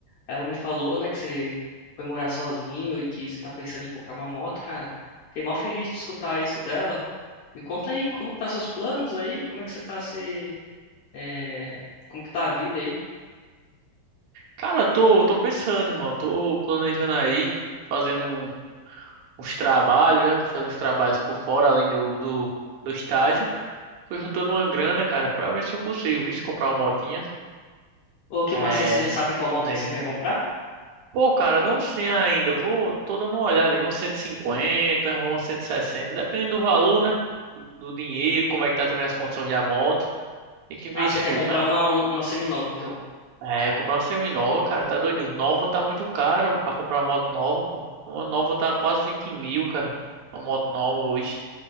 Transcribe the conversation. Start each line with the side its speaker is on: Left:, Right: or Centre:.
Left: Ela me falou, né, que você foi morar sozinho e que você tá pensando em comprar uma moto, cara. Fiquei mal feliz de escutar isso dela. Me conta aí, como que tá seus planos aí? Como é que você tá se... é, Como que tá a vida aí?
Right: Cara, tô, tô pensando, irmão. Tô planejando aí, fazendo um- uns trabalhos, né? Tô fazendo uns trabalhos por fora, além do, do, do estágio. Tô juntando uma grana, cara, pra ver se eu consigo, viu? se Comprar uma motinha.
Left: Ô, que
Right: É,
Left: massa, você já sabe qual moto
Right: planejando.
Left: que você quer comprar?
Right: Pô, cara, não sei ainda. Vou, tô dando uma olhada em uns 150 ou uns 160, dependendo do valor, né? Do dinheiro, como é que tá também as condições da moto. Tem que ver
Left: Ah,
Right: isso
Left: você quer
Right: tudo,
Left: comprar
Right: né?
Left: uma, uma seminova, então.
Right: É, comprar uma semi-nova, cara, tá doido. Nova tá muito caro pra comprar uma moto nova, pô. Uma nova tá quase 20 mil, cara. Uma moto nova hoje.